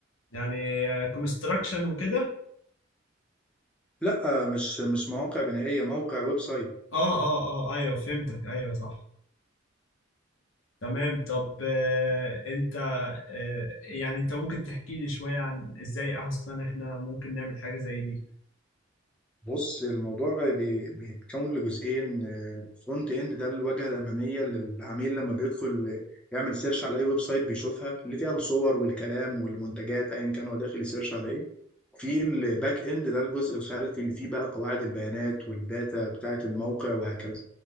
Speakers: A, on the left (about 75°); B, in the centre.
A: يعني كونستراكشن وكده
B: لا مش مش مواقع بنائية موقع ويب سايت
A: اه اه اه ايوه فهمتك ايوه صح تمام طب آه انت آه يعني انت ممكن تحكي لي شوية عن ازاي اصلا احنا ممكن نعمل حاجة زي دي
B: بص الموضوع بي- بيتكون لجزئين فرونت اند ده الواجهة الأمامية للعميل لما بيدخل يعمل سيرش على أي ويب سايت بيشوفها اللي فيها الصور والكلام والمنتجات أيا كان هو داخل يسيرش على إيه في الباك اند ده الجزء الخلفي اللي فيه بقى قواعد البيانات والداتا بتاعة الموقع وهكذا